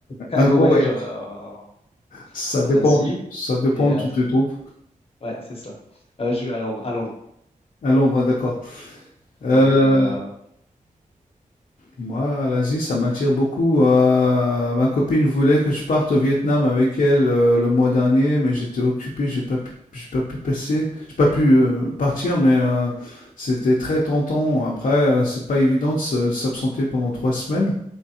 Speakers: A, on the left; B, on the left.
A: Un
B: un
A: gros
B: gros
A: voyage
B: voyage.
A: euh,
B: Ça dépend
A: en Asie.
B: où tu, ça dépend
A: Et
B: où
A: après,
B: tu te trouves.
A: ouais, c'est ça. Euh, je suis à Londres, à Londres.
B: À Londres, ah, d'accord. Euh,
A: Donc, euh,
B: Moi, l'Asie, ça m'attire beaucoup. Euh, ma copine voulait que je parte au Vietnam avec elle euh, le mois dernier, mais j'étais occupé, j'ai pas pu, j'ai pas pu passer, j'ai pas pu euh, partir, mais euh, c'était très tentant. Après, euh, c'est pas évident de se- de s'absenter pendant trois semaines.